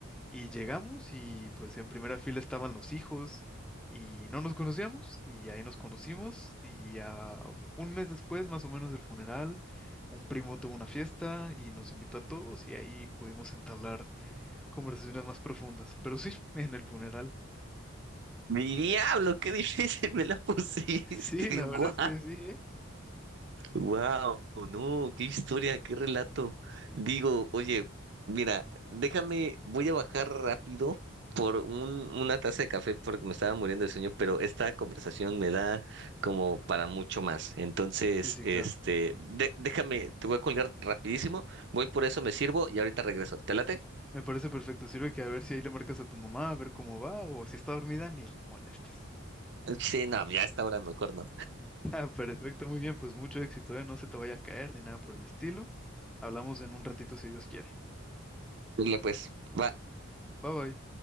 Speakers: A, in the centre; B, on the right.
A: Y llegamos y pues en primera fila estaban los hijos y no nos conocíamos y ahí nos conocimos y a un mes después más o menos del funeral, un primo tuvo una fiesta y nos invitó a todos y ahí pudimos entablar conversaciones más profundas. Pero sí, <laughs> en el funeral.
B: Mi diablo, qué difícil me la pusiste,
A: Sí, la
B: <laughs> guau.
A: verdad es que sí, ¿eh?
B: Wow, no, qué historia, qué relato. Digo, oye, mira, déjame, voy a bajar rápido por un, una taza de café porque me estaba muriendo de sueño, pero esta conversación me da como para mucho más. Entonces,
A: Sí, sí,
B: este,
A: claro.
B: de- déjame, te voy a colgar rapidísimo, voy por eso, me sirvo y ahorita regreso. ¿Te late?
A: Me parece perfecto. Sirve que a ver si ahí le marcas a tu mamá, a ver cómo va o si está dormida, ni le molestes.
B: Sí, no, ya a esta hora mejor no.
A: <laughs> Ah, Perfecto, muy bien, pues mucho éxito, ¿eh? No se te vaya a caer ni nada por el estilo. Hablamos en un ratito si Dios quiere.
B: Dile pues, va.
A: Bye bye.